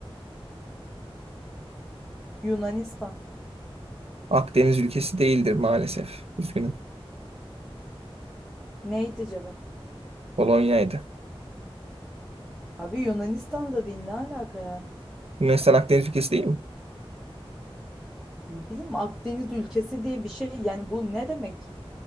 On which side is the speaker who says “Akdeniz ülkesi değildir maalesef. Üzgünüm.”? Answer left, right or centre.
Right